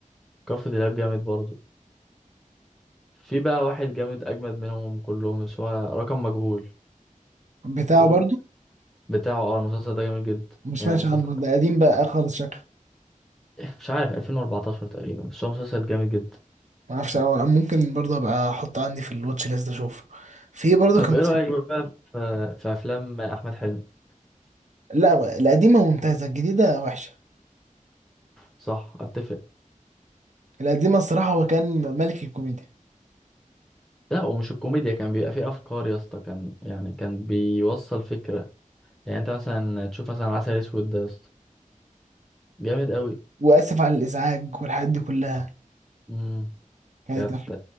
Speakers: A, in the centre; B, on the right.
A: كفر دلاب جامد برضه في بقى واحد جامد اجمد منهم كلهم بس هو رقم مجهول
B: بتاعه
A: ال-
B: برضو
A: بتاعه اه المسلسل ده جامد جدا
B: ما سمعتش
A: يعني مسلسل
B: عنه ده قديم بقى خالص شكله
A: مش عارف 2014 تقريبا بس هو مسلسل جامد جدا
B: ما اعرفش أو ممكن برضه ابقى احطه عندي في الواتش ليست اشوفه في برضه
A: طب
B: كان
A: ايه
B: مسلسل
A: رأيك بقى في في افلام احمد حلمي
B: لا القديمة ممتازة الجديدة وحشة
A: صح اتفق
B: القديمة الصراحة هو كان ملك الكوميديا
A: لا ومش الكوميديا كان بيبقى فيه افكار يا اسطى كان يعني كان بيوصل فكرة يعني انت مثلا تشوف مثلا عسل اسود ده يا اسطى جامد قوي
B: وآسف على الإزعاج والحاجات دي كلها
A: امم
B: كانت
A: كانت
B: أف-